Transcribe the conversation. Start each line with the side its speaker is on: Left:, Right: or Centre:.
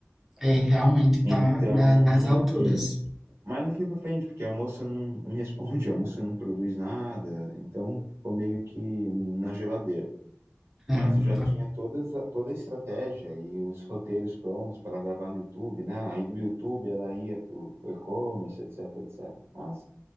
Centre: É, realmente está
Right: Então,
Centre: na, nas alturas.
Right: hum, mas não foi para frente, porque a moça não, não me responde, <laughs> a moça não produz nada, então ficou meio que na geladeira.
Centre: É,
Right: Mas eu
Centre: no,
Right: já
Centre: pa-
Right: tinha todas, a- toda a estratégia e os roteiros prontos para gravar no YouTube, né? Aí do YouTube ela ia para e-commerce, etc, etc. Mas